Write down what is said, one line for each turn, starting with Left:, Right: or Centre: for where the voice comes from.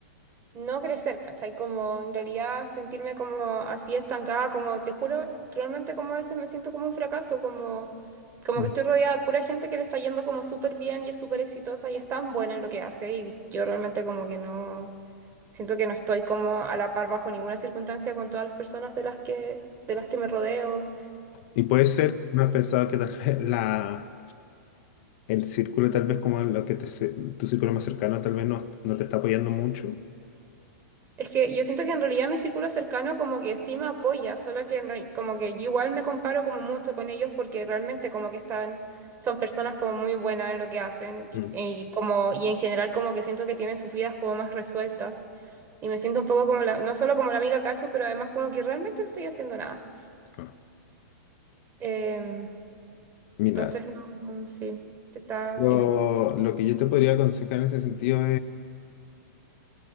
Right: no crecer, ¿cachai? Como en realidad sentirme como así estancada, como te juro, realmente como a veces me siento como un fracaso, como, como
Left: Mm.
Right: que estoy rodeada de pura gente que le está yendo como súper bien y es súper exitosa y es tan buena en lo que hace y yo realmente como que no, siento que no estoy como a la par bajo ninguna circunstancia con todas las personas de las que, de las que me rodeo.
Left: Y puede ser, no has pensado que tal vez la, el círculo, tal vez como lo que te, se- tu círculo más cercano, tal vez no, no te está apoyando mucho.
Right: Es que yo siento que en realidad mi círculo cercano como que sí me apoya, solo que en re- como que yo igual me comparo como mucho con ellos porque realmente como que están, son personas como muy buenas en lo que hacen y,
Left: Mm.
Right: y como, y en general como que siento que tienen sus vidas como más resueltas y me siento un poco como la, no solo como la amiga cacho, pero además como que realmente no estoy haciendo nada.
Left: Ah.
Right: Em,
Left: Mira,
Right: entonces, no, no, sí, te está
Left: lo,
Right: dif-
Left: lo que yo te podría aconsejar en ese sentido